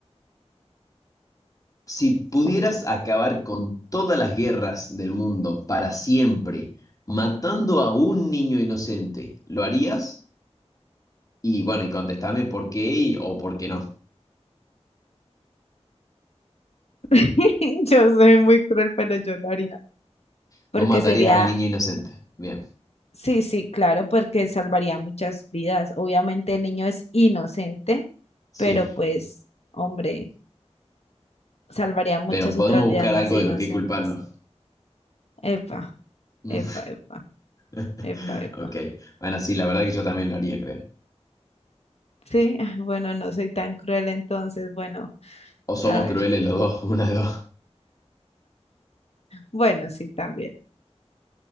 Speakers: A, on the left; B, on the left.
A: si pudieras acabar con todas las guerras del mundo para siempre, matando a un niño inocente, ¿lo harías? Y bueno, y contestame por qué y- o por qué no.
B: <laughs> Yo soy muy cruel, pero yo lo haría.
A: Vos
B: Porque
A: matarías
B: sería,
A: al niño inocente. Bien,
B: sí, sí, claro, porque salvaría muchas vidas. Obviamente el niño es inocente,
A: sí.
B: pero pues, hombre, salvaría muchas
A: Pero podemos
B: otras
A: buscar
B: vidas más
A: algo
B: inocentes.
A: de lo que culparlo.
B: Epa,
A: Mm.
B: epa, epa,
A: <laughs>
B: epa, epa.
A: Ok. Bueno, sí, la verdad que yo también lo haría, creo.
B: Sí, <laughs> ah, bueno, no soy tan cruel entonces, bueno,
A: O somos
B: a ver.
A: crueles los dos, <laughs> una de dos.
B: Bueno, sí, también.